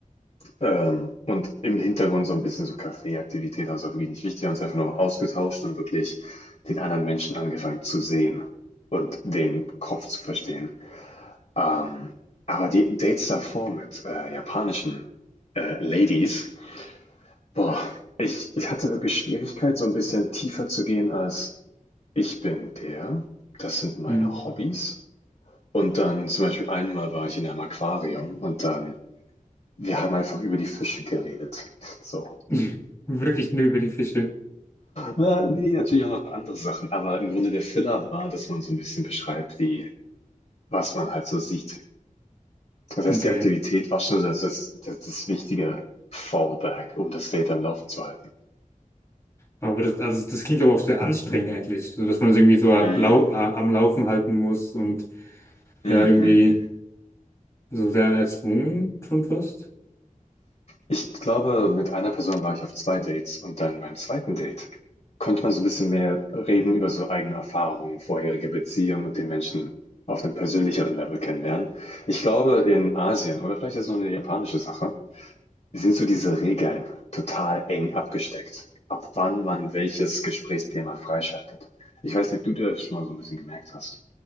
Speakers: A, on the left (about 50°); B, on the left (about 20°).
A: ähm, und im Hintergrund so ein bisschen so Kaffeeaktivität, also wirklich nicht wichtig, haben uns einfach nur ausgetauscht und wirklich den anderen Menschen angefangen zu sehen und den Kopf zu verstehen. Ähm, aber die Dates davor mit äh, japanischen äh, Ladies, boah, ich, ich hatte wirklich Schwierigkeit, so ein bisschen tiefer zu gehen als ich bin der, das sind meine
B: mm.
A: Hobbys und dann zum Beispiel einmal war ich in einem Aquarium und dann wir haben einfach über die Fische geredet. So.
B: <laughs> wirklich nur über die Fische.
A: Na, nee, natürlich auch noch andere Sachen, aber im Grunde der Filler war, dass man so ein bisschen beschreibt, wie was man halt so sieht. Das heißt,
B: Okay.
A: die Aktivität war schon das, das, das, das wichtige Fallback, um das Data am Laufen zu halten.
B: Aber das, also das klingt aber auch sehr anstrengend eigentlich, so dass man es irgendwie so lau
A: Mhm.
B: äh, am Laufen halten muss und
A: Mhm.
B: ja irgendwie so sehr erzwungen schon fast.
A: Ich glaube, mit einer Person war ich auf zwei Dates und dann beim zweiten Date konnte man so ein bisschen mehr reden über so eigene Erfahrungen, vorherige Beziehungen und den Menschen auf einem persönlicheren Level kennenlernen. Ich glaube, in Asien oder vielleicht ist es nur eine japanische Sache, sind so diese Regeln total eng abgesteckt, ab wann man welches Gesprächsthema freischaltet. Ich weiß nicht, ob du das schon mal so ein bisschen gemerkt hast.